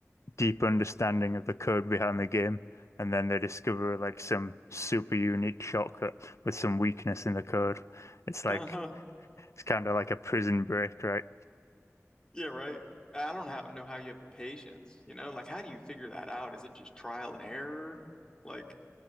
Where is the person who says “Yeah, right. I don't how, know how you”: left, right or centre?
Left